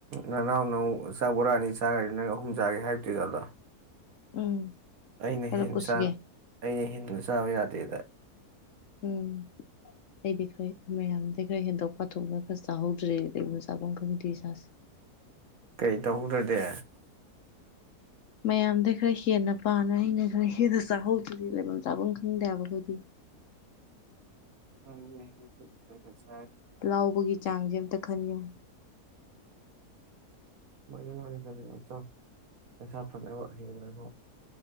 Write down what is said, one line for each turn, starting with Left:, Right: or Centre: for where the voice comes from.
Right: ꯅꯅꯥꯎ ꯅꯪ ꯆꯥꯛ ꯣꯔꯛꯑꯅꯤ ꯆꯥꯈꯅꯤ ꯅꯪ ꯑꯍꯨꯝ ꯆꯥꯒꯦ ꯍꯥꯏꯕꯗꯨꯣꯏꯖꯥꯗ
Left: ꯎꯝ
Right: ꯑꯩꯅ
Left: ꯍꯥꯏꯔꯛꯄꯁꯨ
Right: ꯍꯦꯟ ꯆ
Left: ꯌꯥꯏ
Right: ꯑꯩꯅ ꯍꯦꯟꯕ ꯆꯕ ꯌꯥꯗꯗ
Left: ꯎꯝ ꯑꯩꯗꯤ ꯈꯔ ꯃꯌꯥꯝꯗꯤ ꯈꯔ ꯍꯦꯟꯗꯣꯛ ꯄꯥꯊꯣꯛꯅ ꯈꯔ ꯆꯥꯍꯧꯗ꯭ꯔꯦ ꯀꯩꯒꯨꯝꯕ ꯆꯥꯐꯝ ꯈꯪꯗꯦ ꯏꯁꯥꯁꯦ
Right: ꯀꯩ ꯇꯍꯧꯗ ꯗꯦ
Left: ꯃꯌꯥꯝꯗ ꯈꯔ ꯍꯦꯟꯅ ꯄꯥꯅ ꯑꯩꯅ ꯈꯔ ꯍꯦꯟꯅ ꯆꯥꯍꯧꯗ꯭ꯔꯗꯤ ꯂꯩꯐꯝ ꯆꯥꯐꯝ ꯈꯪꯗꯦꯕꯈꯣꯏꯗꯤ
Right: ꯎꯁꯨ
Left: ꯂꯥꯎꯕꯒꯤ ꯆꯥꯡꯁꯦ ꯑꯝꯇ ꯈꯟꯉꯌꯨ
Right: ꯃꯥꯅꯤ ꯃꯥꯅꯤ ꯐꯖꯅ ꯑꯆꯧ ꯄꯩꯁꯥ ꯐꯪꯕ ꯍꯌꯦꯉꯕ